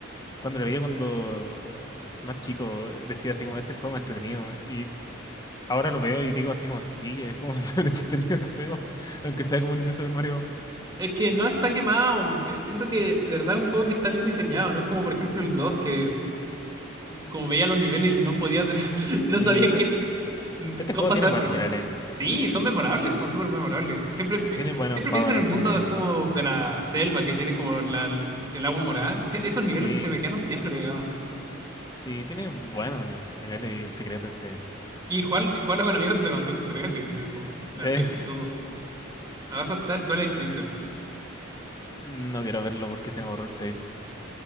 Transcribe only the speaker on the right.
Es que no está quemado, te- siento que de verdad es un juego que está bien diseñado, no es como por ejemplo el 2 que como veía los niveles y no podía, des- <laughs> no
sabía
qué,
todo
pasaba,
pero igual.
Sí, son memorables, son súper memorables. Siempre, pi-
siempre
pienso en el mundo
así como de la selva que tiene como la, el agua morada. Sí, Esos niveles
se me quedaron siempre pegados.
Y jugar, jugarlo con amigos es demasiado entrete, así como
hacer chistoso. Abajo está el Twilight Princess.